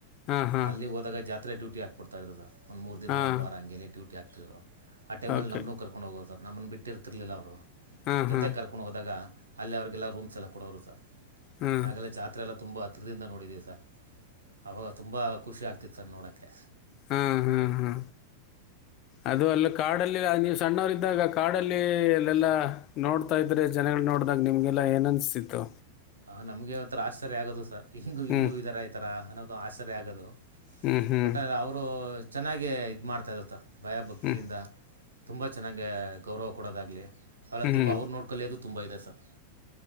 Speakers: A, on the left; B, on the right.
A: ಹಾಂ ಹಾಂ
B: ಅಲ್ಲಿ ಹೋದಾಗ ಜಾತ್ರೆ ್ಯೂಟಿ ಹಾಬಿಡ್ತಿದ್ರು ಸ ಒ ಮೂರು ದಿನ
A: ಹಾಂ
B: ಒಂದು ವಾರ ಹಾಗಗೆೇ ಡ್ಯಟಿ ಆಕ್ತಿದರು ಆ ಟೈಮಲ್ಲಿ
A: ಓಕೆ
B: ನಮ್ಮೂ ಕರ್ಕೊಂಡು ಹೋಗೋದು ಸರ್ ನಮ್ಮನ್ನು ಬಿಟ್ಟಿರ್ತಿರ್ಲಿಲ್ಲ ಅವರು
A: ಹಾಂ
B: ಜೊತೆ
A: ಹಾಂ
B: ಕರ್ಕೊಂಡು ಹೋದಾಗ ಅಲ್ಲಿ ಅವ್ರರಿಗೆಲ್ಲ ರೂಮ್ಸ್ ಎಲ್ಲ ಕೊಡೋರು ಸರ್
A: ಹಾಂ
B: ಹಾಗೆಲ್ಲ ಜಾತ್ರೆ ಎಲ್ಲ ತುಂಬ ಹತ್ತಿರದಿಂದ ನೋಡಿದ್ದೀವಿ ಸರ್ ಅವವಾಗ ತುಂಬ ಖುಷಿ ಆಗ್ತಿತ್ತು ಸರ್ ನೋಡೋಕ್ಕೆ
A: ಹಾ ಹಾ ಹಾ ಅದು ಅಲ್ಲಿ ಕಾಡಲ್ಲಿ ನೀವು್ ಸಣ್ಣವರು ಇದ್ದಾಗ ಕಾಡ ಅಲ್ಲಿ ಅಲ್ಲೆಲ್ಲ ನೋಡ್ತಾ ಇದ್ರೆ ಜನಗಳು ನೋಡ್ ನೋಡದಾಗ ನಿಮಗೆಲ್ಲ ಏನ ಅನಿಸ್ತಿತ್ತು
B: ಆ ನಮ್ಗೆ ಒಂಥರ ಆಶ್ಚರ್ಯ ಆಗೋದು ಸರ್ ಹಿಂಗು
A: ಹ್ಞೂ
B: ಇನ್ನುೂ ಇದರ ಈತರ ಅನ್ನೋದು ಆಶ್ಚರ್ಯ ಆಗೋದು
A: ಹ್ಞೂ ಹ್ಞೂ
B: ಒಟ್ಟಾರೆ ಅವರು ಚೆನ್ನಾಗೇ ಇದು ಮಾಡಾ್ತಾಯರುತ್ತ ಭಯಭಕ್ತಿಯಿಂದ
A: ಹ್ಞೂ
B: ತುಂಬ ಚೆನ್ನಾಗಿ ಗೌರವ ಕೊಡೋದಾಗಲಿ ಅವೆಲ್ಲ ತುಂಬ
A: ಹ್ಞೂ
B: ಅವರು ನೋಡ್ಕೊಳ್ಳ ಅೋದು ತುಂಬ ಇದೆ ಸರ್